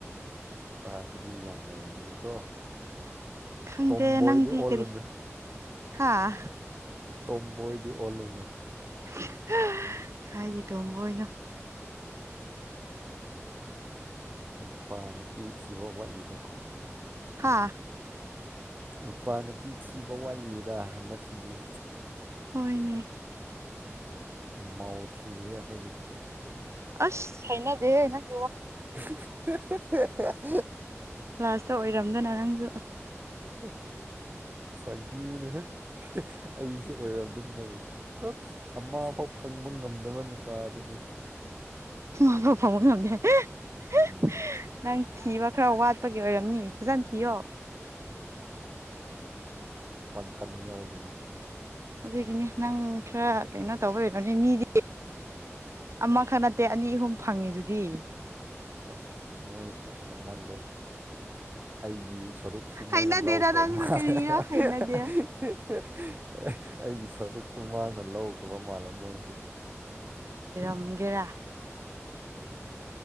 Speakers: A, on the right; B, on the right.
A: ꯅꯨꯄꯥ ꯁꯤꯗꯤ ꯌꯥꯝ ꯂꯩꯔꯝꯅꯤꯀꯣ
B: ꯈꯪꯗꯦ
A: ꯇꯣꯝꯕꯣꯏꯗꯤ
B: ꯅꯪꯗꯤ
A: ꯑꯣꯜꯂꯨꯅꯨ
B: ꯀꯔꯤ ꯍꯥꯥ
A: ꯇꯣꯝꯕꯣꯏꯗꯤ ꯑꯣꯜꯂꯅꯨ
B: ꯍꯤ ꯍꯥ ꯀꯥꯏꯗꯩ ꯇꯣꯝꯕꯣꯢꯅꯣ
A: ꯅꯨꯄꯥ ꯅꯨꯄꯤ ꯊꯤꯕ ꯋꯥꯠꯂꯤꯗꯀꯣ
B: ꯍꯥꯥ
A: ꯅꯨꯄꯥ ꯅꯨꯄꯤ ꯊꯤꯕ ꯋꯥꯠꯂꯤꯌꯦꯗ ꯍꯟꯗꯛꯁꯤꯗꯤ
B: ꯍꯣꯏꯅꯦ
A: ꯃꯧ ꯊꯤꯒꯦ ꯑꯩꯈꯣꯏꯗꯤ
B: ꯑꯁ ꯍꯩꯅꯗꯦꯍꯦ ꯅꯪ
A: ꯍꯐꯍꯥꯍꯥꯍ
B: ꯂꯥꯁꯇ ꯑꯣꯏꯔꯝꯗꯅ ꯅꯪꯁꯨ
A: ꯑ ꯐꯥꯒꯤꯅꯦꯍꯦ ꯍꯦ ꯑꯩꯁꯨ ꯑꯣꯏꯔꯝꯗꯝꯅ ꯇꯧꯏꯅꯦ ꯑꯃꯐꯥꯎ ꯐꯪꯕ ꯉꯝꯗꯕ ꯅꯨꯄꯥ ꯗꯨꯗ <inaudible>
B: ꯑꯃꯐꯥꯎ ꯐꯪꯕ ꯉꯝꯗꯦ ꯍꯥꯢꯌꯦ ꯍꯍꯍꯥ
A: ꯎꯝ
B: ꯅꯪ ꯊꯤꯕ ꯈꯔ ꯋꯥꯠꯄꯒꯤ ꯑꯣꯏꯔꯝꯅꯤ ꯐꯖꯟ ꯊꯤꯌꯣ
A: ꯕꯪꯀꯟ ꯌꯥꯎꯗꯕꯤ
B: ꯑꯗꯨꯒꯤꯅꯦ ꯅꯪ ꯈꯔ ꯀꯩꯅꯣ ꯇꯧꯕꯩ ꯑꯣꯏꯔꯝꯅꯤ ꯃꯤꯗꯤ ꯑꯃꯈ ꯅꯠ ꯇꯦ ꯑꯅꯤ ꯑꯍꯨꯝ ꯐꯪꯉꯤꯗꯨꯗꯤ
A: ꯑꯁ ꯃꯣꯏꯁꯨ ꯍꯦꯟꯃꯜꯂꯦ ꯑꯩꯒꯤ ꯁꯔꯨꯛꯁꯨ
B: ꯍꯩꯅꯗꯦꯗ
A: ꯃꯣꯏꯅ ꯂꯧꯈ꯭ꯔꯕ
B: ꯅꯪꯁꯨ
A: ꯃꯥꯜꯂꯦ
B: ꯀꯔꯤꯔ
A: ꯍꯦꯍꯦꯍꯍꯍ
B: ꯍꯩꯅꯗꯦ
A: ꯑꯦꯍ ꯑꯩꯒꯤ ꯁꯔꯨꯛꯁꯨ ꯃꯥꯅ ꯂꯧꯈ꯭ꯔꯕ ꯃꯥꯜꯂꯦ ꯃꯣꯏꯁꯤ
B: ꯎꯨꯝꯒꯦꯔꯥ